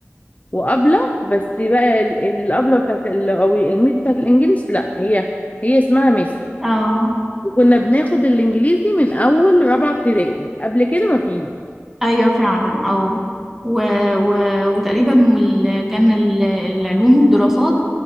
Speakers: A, on the left; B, in the centre.
A: وابله بس بقى ال- الابله بتاعت ال- او الميس بتاعت الانجليش لا هي هي اسمها ميس
B: اه
A: وكنا بناخد الانجليزي من اول رابعه ابتدائي قبل كده ما فيش
B: ايوه فعلا اه و... و... وتقريبا وال... كان ال- العلوم والدراسات